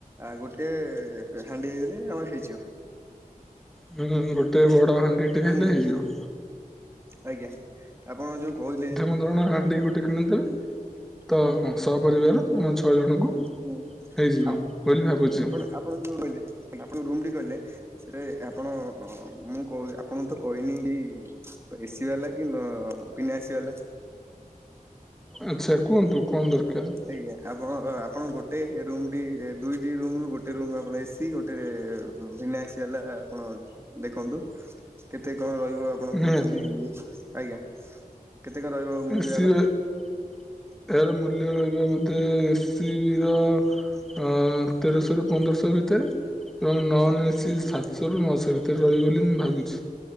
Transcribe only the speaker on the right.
ଆଉ ଗୋଟେ ହାଣ୍ଡି ହେଇଗଲେ ଆମର ହେଇଯିବ।
ବୁଝିଲେ
ଆଜ୍ଞା ଆପଣ ଯୋଉ କହୁଥିଲେ।
ହୁଁ
ହୁଁ
ଆପ
ଆପଣ ଆପଣ ଯୋଉ କହିଲେ ଆପଣ ରୁମ୍ଟି କହିଲେ। ସେଟେ ଆପଣ ମୁଁ କୋହୁ ମୁଁ ଆପଣଙ୍କୁ ତ କହିନି କି ଏସି ବାଲା କି ନ ବିନା ଏସି ବାଲା।
ଆଜ୍ଞା ଆପଣ ଆପଣ ଗୋଟେ ରୁମ୍ ଟି ଦୁଇଟି ରୁମ୍ ରୁ ଗୋଟେ ରୁମ୍ ଆପଣଙ୍କର ଏସି ଗୋଟେ ରେ ବିନା ଏସିବାଲା ଆପଣ ଦେଖନ୍ତୁ କେତେ କଣ ରହିବ। ଆପଣ କହୁଛନ୍ତି
ଏ ଆଜ୍ଞା କେତେ କଣ ରହିବ। ମୂଲ୍ୟ
ୟାର?